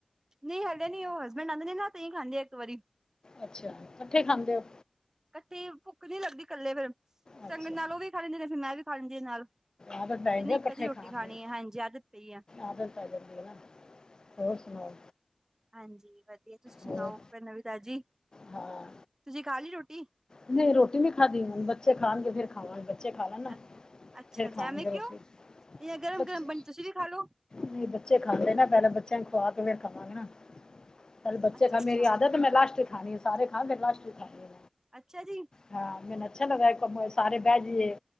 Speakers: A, on the right; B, on the left.
A: ਨਹੀਂ ਹਾਲੇ ਨੀ ਉਹ ਹਸਬੈਂਡ ਆਂਦੇ ਨੇ ਨਾ ਤਹੀ ਖਾਂਦੇ ਆ ਇੱਕ ਵਾਰੀ।
B: ਅੱਛਾ ਇਕੱਠੇ ਖਾਂਦੇ ਹੋ।
A: ਇਕੱਠੀ ਭੁੱਖ ਨੀ ਲੱਗਦੀ ਇਕੱਲੇ ਫੇਰ
B: ਅੱਛਾ
A: ਸੰਗ ਨਾਲ ਉਹ ਵੀ ਖਾ ਲੈਂਦੇ ਨੇ ਫਿਰ ਮੈਂ ਵੀ ਖਾ ਲੈਂਦੀ ਹ ਨਾਲ
B: ਆਦਤ ਪੈ
A: ਜਿੰਨੀ
B: ਜਾਂਦੀ ਹੈ ਇਕੱਠੇ
A: ਕਦੀ ਰੋਟੀ
B: ਖਾਣ
A: ਖਾਣੀ
B: ਦੀ
A: ਹੈ ਹਣ ਆਦਤ ਪਈ ਹੈ।
B: ਆਦਤ ਜਾਂਦੀ ਨਾ, ਹੋਰ ਸੁਣਾਓ?
A: ਹਾਂਜੀ ਵਧੀਆ ਤੁਸੀਂ ਸੁਣਾਓ
B: ਹੋਰ
A: ਕੋਈ ਨਵੀ ਤਾਂਜੀ
B: ਹਾਂ
A: ਤੁਸੀ ਖਾ ਲਈ ਰੋਟੀ।
B: ਨਹੀਂ ਰੋਟੀ ਨ ਨਹੀਂ ਖਾਦੀ, ਬੱਚੇ ਖਾਣਗੇ ਫੇਰ ਖਾਵਾਗੇ, ਬੱਚੇ ਖਾ ਲੈਣ। ਨਾ
A: ਅੱ ਅੱਛਾ-ਅੱਛਾ,
B: ਫਿਰ ਖਾਣਗੇ
A: ਐਵੇਂ ਕਿਉਂ
B: ਰੋਟੀ
A: ਜ ਗਰਮ
B: ਬੱਚੇ
A: ਗਰਮ ਬਣੀ ਤੁਸੀਂ ਵੀ ਖਾਲੋ।
B: ਨਹੀਂ ਬੱਚੇ ਖਾਂਦੇ ਨਾ, ਪੈਂਲਾਂ ਬੱਚਿਆਂ ਨੂੰ ਖਵਾ ਕੇ ਫੇਰ ਖਾਵਾਂਗੇ ਨਾ। ਪਹਿਲੇ ਬੱਚੇ
A: ਅੱਛਾ-ਅੱਛਾ।
B: ਖਾ ਲੈਣ, ਮੇਰੀ ਆਦਤ ਹ ਮੈਂ ਲਾਸਟ ਚ ਖਾਂਦੀ ਆ, ਮੈਂ ਲਾਸਟ ਚ ਖਾਦੀ ਆ।
A: ਅੱਛਾ ਜੀ
B: ਹਾਂ, ਮੈਨੂੰ ਅੱਛਾ ਲੱਗਦਾ ਸਾਰੇ ਬਹਿ ਜਾਈਏ